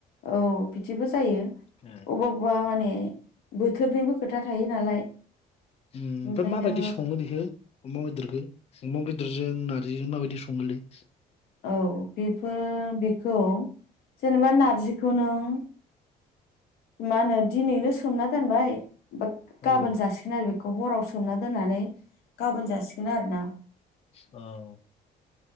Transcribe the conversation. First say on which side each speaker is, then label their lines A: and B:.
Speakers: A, on the left; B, on the left.
A: औ बिदिबो जायो।
B: ओ
A: अबावबा माने बोथोरनिबो खोथा थायो नालाय
B: उम ओमफ्रा
A: ओंखायनो
B: माबायदि सङो बेखौ अमा बेदरखौ अमा बेदरजों नारजिजों माबाय सङोलै
A: औ बेफोर बेखौ जेनेबा नारजिखौ नों मा होनो दिनैनो सोमना दानबाय बात
B: औ
A: गाबोन जासिगोन आरो बेखौ हराव सोमना दोननानै गाबोन जासिगोन आरोना
B: औ